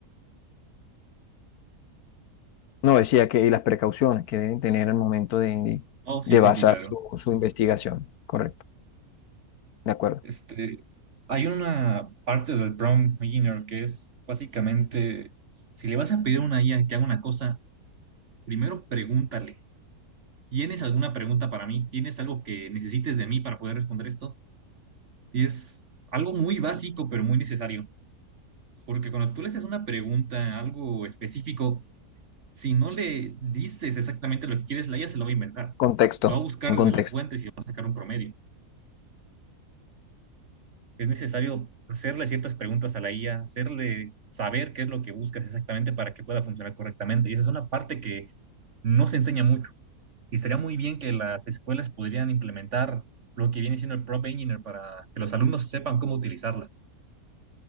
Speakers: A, on the left; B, on the right.
A: No, decía que y las precauciones que deben tener al momento de, de-
B: Oh, sí,
A: de
B: sí,
A: basar
B: sí, claro.
A: su, su investigación. Correcto, de acuerdo.
B: Este, hay una parte del prompt engineer que es básicamente, si le vas a pedir a una IA que haga una cosa, primero pregúntale, ¿tienes alguna pregunta para mí? ¿Tienes algo que necesites de mí para poder responder esto? Y es algo muy básico, pero muy necesario. Porque cuando tú le haces una pregunta, algo específico, si no le dices exactamente lo que quieres, la IA se lo va a inventar.
A: Contexto,
B: Lo va a buscar
A: un
B: desde
A: contexto.
B: las fuentes y va a sacar un promedio. Es necesario hacerle ciertas preguntas a la IA, hacerle saber qué es lo que buscas exactamente para que pueda funcionar correctamente. Y esa es una parte que no se enseña mucho. Y estaría muy bien que las escuelas pudieran implementar lo que viene siendo el prompt engineer para que los alumnos sepan cómo utilizarla,